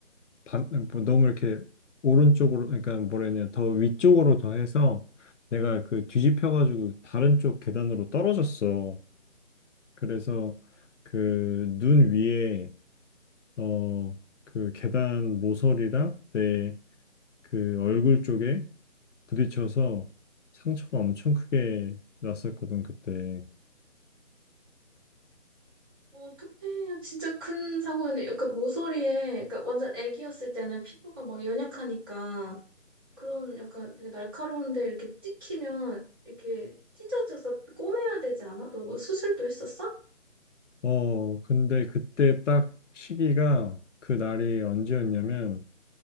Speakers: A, on the left (about 75°); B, on the right (about 20°).
A: 반- 뭐 너무 이렇게 오른쪽으로 그러니까 뭐라 해야 되냐 더 위쪽으로 더 해서 내가 그 뒤집혀가지고 다른 쪽 계단으로 떨어졌어. 그래서 그 눈 위에 어 그 계단 모서리랑 내 그 얼굴 쪽에 부딪혀서 상처가 엄청 크게 났었거든 그때.
B: 어, 어떡해. 진짜 큰 사고였네. 그 모서리에, 그러니까 완전 애기였을 때는 피부가 막 연약하니까 그런 약간 되게 날카로운데 이렇게 찍히면 이렇게 찢어져서 꼬매야 되지 않아? 너뭐 수술도 했었어?
A: 어 근데 그때 딱 시기가 그 날이 언제였냐면